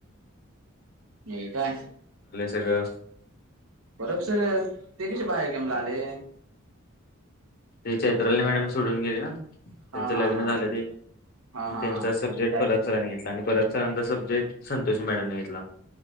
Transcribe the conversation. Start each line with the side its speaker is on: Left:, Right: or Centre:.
Right: नाही काय
Left: सगळ
Right: बरब सर ते कसे बाहेर गेमला आले
Left: ते चैत्राल
Right: हा
Left: मॅडम सोडून गेले ना त्यांचं
Right: हा
Left: लग्न
Right: हा
Left: झालं ते
Right: हा हा
Left: त्यांचा
Right: हा
Left: सब्जेक्ट
Right: त्याच
Left: परतसरांनी घेतला आणि परतसरांचा सब्जेक्ट संतोषी मॅडमने घेतला